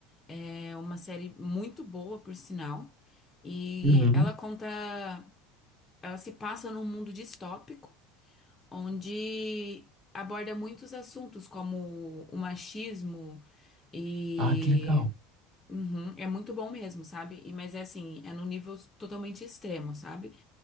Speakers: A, on the left; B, on the right.
A: é uma série muito boa, por sinal. E
B: Uhum.
A: ela conta, ela se passa num mundo distópico, onde aborda muitos assuntos como o machismo e
B: Ah, que legal.
A: Uhum, é muito bom mesmo, sabe? E mas é assim, é num nível totalmente extremo, sabe?